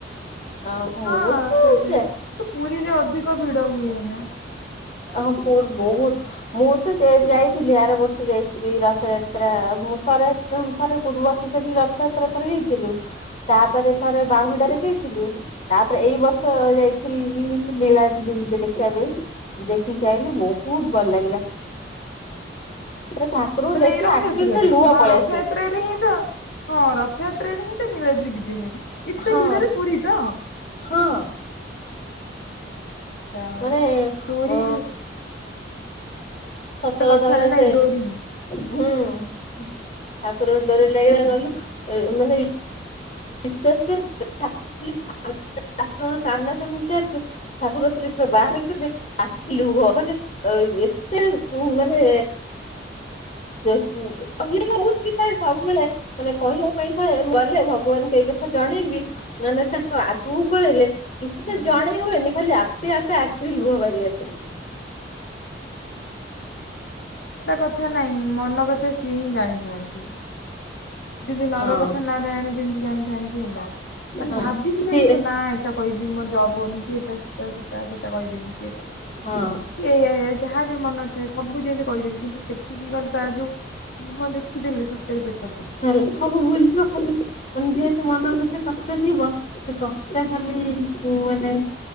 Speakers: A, on the left (about 40°); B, on the left (about 80°).
A: ଅ ମୁଁ
B: ହଁ
A: ତ
B: ରଥ ଏତେ ଯାଏ ତୁ ପୁରୀରେ ଅଧିକ ଭିଡ଼ା ହୁଏ ନା
A: ହଁ ପର୍ ବହୁତ ମୁଁ ତ ଯାଇ ଯାଇଥିଲି ଆର ବର୍ଷ ଯାଇଥିଲି ରଥଯାତ୍ରା ମୁଁ ଥରେ ଥରେ ପୂର୍ବ ବର୍ଷ ରଥଯାତ୍ରା ଥରେ ଯାଇଥିଲୁ ତାପରେ ଥରେ ବାହୁଡାରେ ଯାଇଥିଲୁ ତା ଏଇ ବର୍ଷ ଯାଇଥିଲି ନୀଳାଦ୍ରିବିଜେ ଦେଖିବା ପାଇଁ ଦେଖିକି ଆଇଲିି ବହୁତ ଭଲ ଲାଗିଲା। ପୁରା ଠାକୁରଙ୍କୁ
B: ମାନେ
A: ଦେଖି
B: ଏଇ ରଥଯାତ୍ରାରେ
A: ଆଖିରୁ ପୁରା ଲୁହ
B: ହଁ
A: ପଳେଇ
B: ରଥଯାତ୍ରରେ
A: ଆସିଲା
B: ହିଁ ତ ହଁ ରଥଯାତ୍ରା ତ୍ରାରେ ହିଁ ତ ନିଳାଦ୍ରୀ ବିଜେ ବିଜେ ହୁଏ। ଏତେ
A: ହଁ
B: ଭିଡରେ ପୁରୀ ତ
A: ହଁ
B: ବଢିଆ ଯା ହଉ
A: ମାନେ
B: ଡୋରି
A: ଅ ସତ
B: ଗୋଟେ
A: କଥା
B: କଥାରେ
A: ବା
B: ନାଇଁ
A: ସେ
B: ଡୋରି
A: ହୁଁ ଠାକୁରଙ୍କ ଡୋରି ଲାଗିଲା ଗଲୁ ମାନେ ବିଶ୍ଵାସ କର ଠା୍ <inaudible> ଠାକୁରଙ୍କ ସାମ୍ନା ସାମ୍ନି ଯେହେତୁ ଠାକୁର ଥିଲେ ପୁରା ବାହାରି ଗଲେ ଆଖିରୁ ଲୁହ ମାନେ ଏତେ ମାନେ ରେ ବହୁତ କି ଥାଏ ସବୁବେଳେ ମାନେ କହିବା ପାଇଁ ଥାଏ ଗଲେ ଭଗବାନଙ୍କୁ ଏଇ କଥା ଜଣେଇବି ମାନେ ତାଙ୍କ ଆଗକୁ ପଳେଇଲେ କିଛି ତ
B: ହୁଁ
A: ଜଣେଇ ହୁଏନି ଖାଲି ଆ ସେ ଆପେ ଆଖିରୁ ଲୁହ ବାହାରି ଆସେ।
B: ଗୋଟା କଥା ନାଇଁ ମନ କଥା ସିଏ ହିଁ ଜାଣିଥାନ୍ତି। ଯେମିତି ନର
A: ହଁ
B: କଥା ନାରାୟଣ ଯେମିତି ଜାଣିଥାନ୍ତି ହେଲା ମାନେ
A: ହଁ
B: ଭାବିବି କି ଯାଇଥିବ
A: ସେ
B: ନା ଏଟା କହିବି ମୋ ଜବ୍ ହଉନି କି ଏଇଟା ସେଟା ସେଟା ସେଟା କରିଦେବି କି ଏଟା କି
A: ହଁ।
B: ଏୟା ଏୟା ଯାହା ବି ମନରେ ଥାଏ ସବୁ ଯେମିତି କରିଦେବି କିନ୍ତୁ ସେତିକି ଗଲେ ତାର ଯୋଉ ମୁହଁ ଦେଖିଦେଲି ସତରେ ପେଟ ପୁରି
A: ଖାଲି ସବୁ ଭୁଲିଯିବ ଖାଲି ମାନେ ଯେହେତୁ ମନ ଭିତରେ କ ସେ ଥିବ ସେ କଷ୍ଟା ଖାଲି କୋଉମାନେ